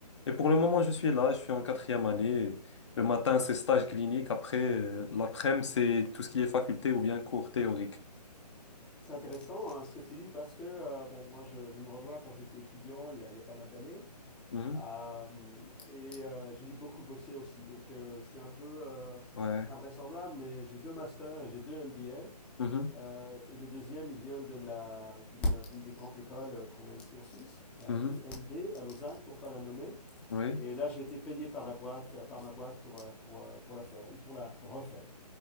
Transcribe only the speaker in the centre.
C'est intéressant hein, ce que tu dis parce que, euh, bon, moi, je, je me revois quand j'étais étudiant il y a, il y a pas mal d'années.
Euh, et euh, j'ai dû beaucoup bosser aussi. Donc euh, c'est un peu euh,
invraisemblable, mais j'ai deux masters et j'ai deux MBA.
Euh, et le deuxième, il vient de la, d'une, d'une des grandes écoles euh, qu'on a ici en Suisse, euh,
l'IMD à Lausanne, pour ne pas la nommer.
Et là, j'ai été payé par la boîte, euh, par ma boîte pour, euh, pour, euh, pour la faire ou pour la refaire.